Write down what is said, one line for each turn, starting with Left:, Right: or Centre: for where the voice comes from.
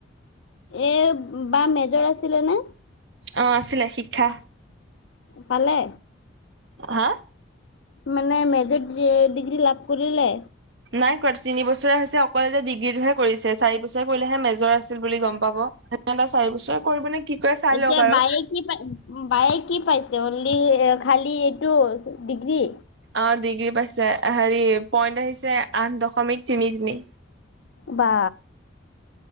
Left: এই বা মেজৰ আছিলেনে?
Right: অ', আছিলে শিক্ষা।
Left: পালে?
Right: হা
Left: মানে মেজৰ ডিগ্ৰী লাভ কৰিলে।
Right: নাই কৰা তিনি বছৰ হৈছে অকল এতিয়া ডিগ্ৰীটোহে কৰিছে। চাৰি বছৰ কৰিলেহে মেজৰ আছিল বুলি গম পাব। হেতে চাৰি বছৰ কৰিব নে কি কৰে চাই
Left: এতিয়া
Right: লওক আৰু।
Left: বায়ে কি বায়ে কি পাইছে অনলি খালি এইটো ডিগ্ৰী।
Right: অ ডিগ্ৰী পাইছে হেৰি পইন্ট আহিছে আঠ দশমিক তিনি তিনি।
Left: বা